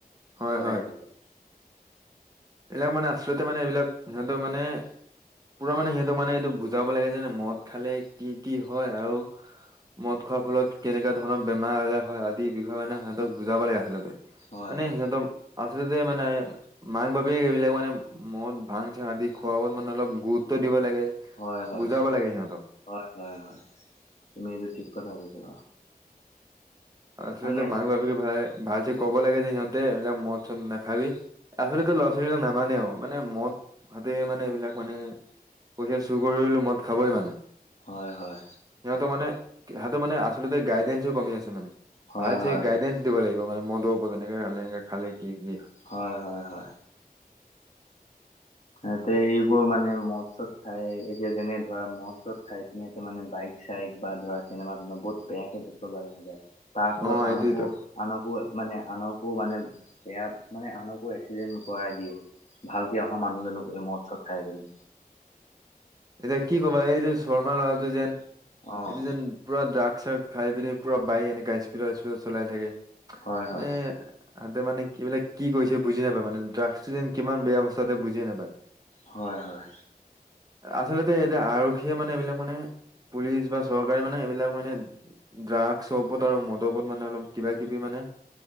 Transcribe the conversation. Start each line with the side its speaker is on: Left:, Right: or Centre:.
Right: হয়
Left: প
Right: হয়
Left: দে খালতে
Right: এইবিলাক মানে আচলতে মানে এইবিলাক সিহঁতৰ মানে পুৰা মানে সিহঁতক মানে এইটো বুজাব লাগে যে মদ খালে কি, কি হয় আৰু মদ খোৱাৰ ফলত কেনেককা ধৰণৰ বেমাৰ, আজাৰ হয় আদিৰ বিষয়ে মানে সিহঁতক বুজাব লাগে আচলতে।
Left: হয়
Right: মানে
Left: হয়
Right: সিহঁতম আচলতে মানে মায়েক, বাপেক স, সেইবিলাক মানে মদ ভাং, চাং আদি খোৱ ব মানে অলপ গুৰুত্ব দিব লাগে।
Left: হয়, হয়,
Right: বুজাব লাগে সিহঁতক
Left: হয়, হয়, হয়, তুমি এইটো ঠিক কথা কৈছা।
Right: আচলতে
Left: মানে
Right: মাক বাপেকে ভাল, ভালছে কব লাগে যে সিহঁতে এইবিলাক মদ, চত নাখাবি। আচলতেটো ল'ৰা-ছোৱালীটো নামানেও মানে মদ হাতে মানে এইবিলাক মানে পঢঠিয়া চুৰ কৰিলো মদ খাবই মানে।
Left: হয় হয়
Right: সিহঁতৰ মানে সহত মানে আচলতে গাইডেঞ্চো কমি আছে মানে
Left: হয়
Right: ভাল চ
Left: হয়
Right: গাইডেন্ঞ্চ দিব লাগিব মানে মদৰ ওপৰত কেনেকে খালে এনেকে খালে কি
Left: হয় হয় হয় সহতে এইবোৰ মানে মৎ চত খাই এতিয়া যেনে ধৰা মৎ চত খাই মানে বাইক চাইক বা ধৰা কেনেবা ধৰণৰ বহুত বেয়াকে চলোৱা দেখা যায় তাৰ ফলত
Right: অ
Left: আনকো
Right: এইটোয়েতো
Left: আনকো মানে আনকো মানে বেয়া মানে আনকো এক্সিডেণ্ট কৰাই দিয়ে ভালকে অহা মানুহজনক এই মদ চদ খাই পিনি
Right: এতিয়া কি কবা এইটো শৰ্মা ল'ৰাটো যেন
Left: অ',
Right: এইটো যেন পুৰা ড্ৰাগ চাগ খাই পিনি পুৰা বাইক এনেকাা স্পিডৰ স্পিডত চলাই থাকে
Left: হয়
Right: মানে
Left: হয়
Right: তহতোনে এইবিলাক কি কৰিছে বুজি নাপায় মানে ড্ৰাগছটো যেন কিমান বেয়া অৱস্থা তাতে বুজিয় নাপায়
Left: হয় হয়
Right: আচলতে এইতিয়া আৰক্ষীয়ে মানে এইবিলাক মানে পুলিচ বা চৰকাৰে মানে এইবিলাক মানে ড্ৰাগছৰ ওপৰত আৰু মদত মানে অলপ কিবা কিবি মানে